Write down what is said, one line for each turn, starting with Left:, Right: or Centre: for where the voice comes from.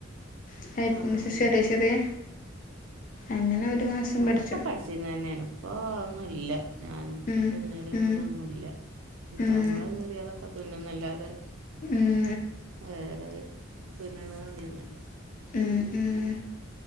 Left: <unintelligible>
Right: ആ ആ
Left: ചെറിയ ചെറിയ, അങ്ങനെ ഒരു മാസം
Right: അതൊക്കെ
Left: പഠിച്ചു
Right: പഠിച്ചിന്ന് തന്നെണ്, ഇപ്പ ഒന്നുല്ല ഞാനും
Left: ഉം
Right: തുന്നലും
Left: ഉം
Right: ഇതൊന്നുല്ല, ഇപ്പ
Left: ഉം
Right: മ്മളെ കീറിയതൊക്കെ തുന്നുന്നല്ലാതെ
Left: ഉം
Right: വേറെ തുന്നണ തുണിയൊന്നുല്ല.
Left: ഉം ഉം